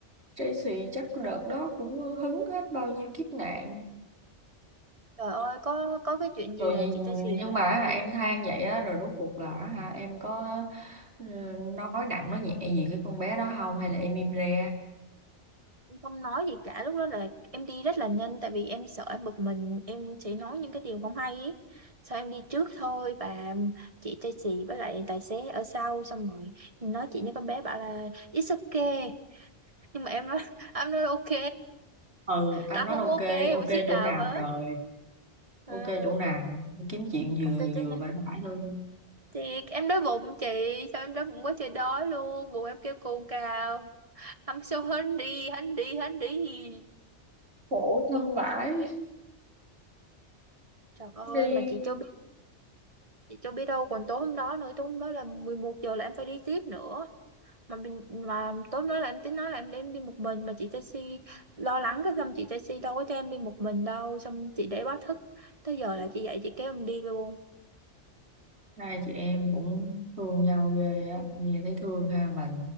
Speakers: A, on the right (about 60°); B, on the right (about 30°).
A: Tracy chắc đợt đó cũng hứng hết bao nhiêu kiếp nạn.
B: trời ơi có có cái chuyện gì
A: rồi
B: là chị taxi
A: nhưng mà hả, em than vậy á rồi rốt cuộc là hả, em có ừ, nói nặng nói nhẹ gì cái con bé đó không hay là em im re
B: cũng không nói gì cả lúc đó là em đi rất là nhanh tại vì em sợ em bực mình em sẽ nói những cái điều không hay ý sao em đi trước thôi và chị taxi với lại tài xế ở sau xong rồi nói chị với con bé bảo là it's okay nhưng mà em nói <laughs> em nói ok
A: ừ anh
B: tao
A: nói
B: không
A: ok
B: ok
A: ok
B: một xí nào
A: chỗ nào
B: hết
A: trời
B: à,
A: ok chỗ nào kiếm chuyện vừa
B: ok chưa
A: vừa
B: nè
A: phải phải luôn
B: thì em đói bụng chị sao em đói bụng quá trời đói luôn bụng em kêu cồn cào Ăn sâu hến đi, so đi, hungry đi.
A: khổ thân vãi
B: trời ơi
A: đi
B: mà chị cho biết chị cho biết đâu còn tối hôm đó nữa tối hôm đó là 11 giờ là em phải đi tiếp nữa mà mình mà tối hôm đó là em tính nói là em đem đi một mình mà chị taxi lo lắng cái xong chị taxi đâu có cho em đi một mình đâu xong chị để báo thức tới giờ là chị dậy chị kéo em đi luôn
A: hai chị em cũng thương nhau ghê á nghe thấy thương ha mà